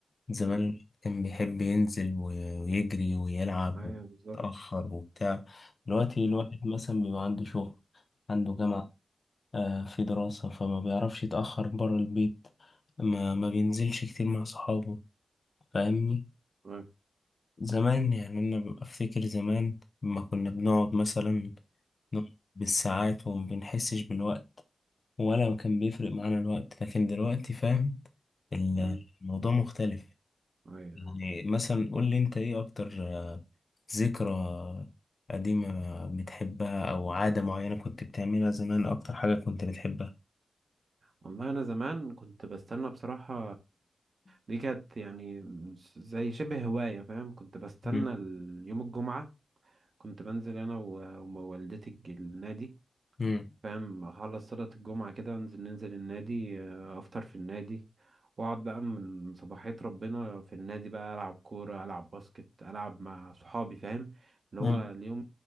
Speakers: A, on the left; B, on the right.
A: زمان
B: امم
A: الواحد كان بيحب ينزل و- ويجري ويلعب
B: ايوه بالظبط
A: ويتأخر وبتاع دلوقتي
B: امم
A: الواحد مثلا بيبقى عنده شغل عنده جامعة
B: امم
A: آه، في دراسة فما بيعرفش يتأخر برا البيت ما, ما بينزلش كتير مع صحابه فاهمني
B: ايوه
A: زمان يعني أنا ببقى أفتكر زمان لما كنا بنقعد مثلا نقعد بالساعات وما بنحسش بالوقت ولا كان بيفرق معانا الوقت لكن دلوقتي فاهم ال-
B: امم
A: الموضوع مختلف
B: ايوه
A: يعني مثلا قول لي أنت إيه أكتر آه، ذكرى قديمة بتحبها أو عادة معينة كنت بتعملها زمان أكتر حاجة كنت بتحبها
B: والله انا زمان كنت بستنى بصراحة دي كانت يعني زي شبه هواية فاهم كنت بستنى
A: مم.
B: ال- يوم الجمعة كنت بنزل انا و- ووالدتي الج- النادي
A: مم.
B: فاهم اخلص صلاة الجمعة كده انزل ننزل النادي آه، افطر في النادي واقعد بقى من صباحية ربنا في النادي بقى العب كورة العب باسكت العب مع صحابي فاهم اللي
A: مم.
B: هو اليوم